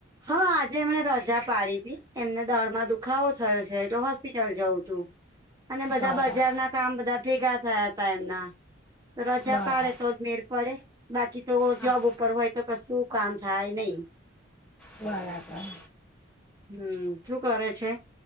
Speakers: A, on the right; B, in the centre.
A: હા આજે એમને રજા પાડી હતી એમને દળમાં દુખાવો થયો છેટલે હોસ્પિટલ જવું તું. અને બધા
B: બરાબર
A: બજારના કામ બધા ભેગા થયા હતા એમના. રજા
B: બરાબર.
A: પાડે તો જ મેળ પડે બાકી તો- -
B: હા
A: જોબ ઉપર હોય તો કશું કામ થાય નહી.
B: બરાબર.
A: હમ શું કરે છે